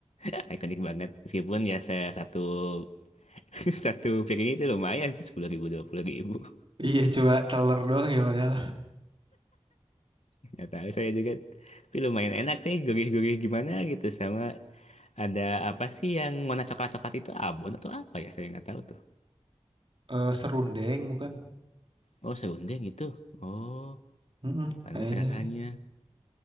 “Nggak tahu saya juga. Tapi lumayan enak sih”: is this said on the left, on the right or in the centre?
Left